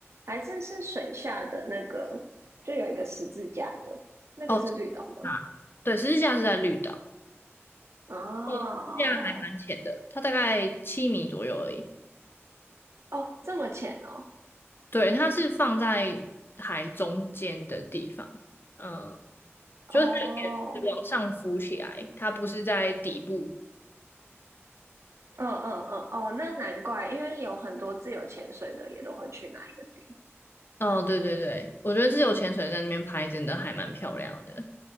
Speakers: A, on the right; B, on the left.
A: 还是是水下的那个，就有一个十字架的，那个是绿岛吗？
B: 哦，啊，对，十字架是在绿岛，
A: 哦，
B: 十字架还蛮浅的，它大概七米左右而已。
A: 哦，这么浅哦，
B: 对，它是放在海中间的地方，嗯，
A: 哦，
B: 就是它有点往上浮起来，它不是在底部。
A: 嗯嗯嗯，哦，那难怪，因为有很多自由潜水的也都会去那一个地。
B: 哦，对对对，我觉得自由潜水在那边拍真的还蛮漂亮的，